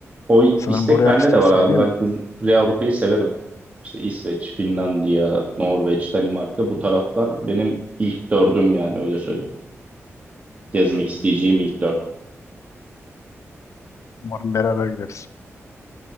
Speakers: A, on the right; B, on the left.
A: O
B: Sanırım
A: istek
B: Borealis
A: bende de
B: de ismi
A: var abi.
B: değil
A: Ben
B: mi?
A: Kuze- Kuzey Avrupa'yı severim. İşte İsveç, Finlandiya, Norveç, Danimarka bu taraflar benim ilk dördüm yani öyle söyleyeyim. Gezmek isteyeceğim ilk dört.
B: Umarım beraber gideriz.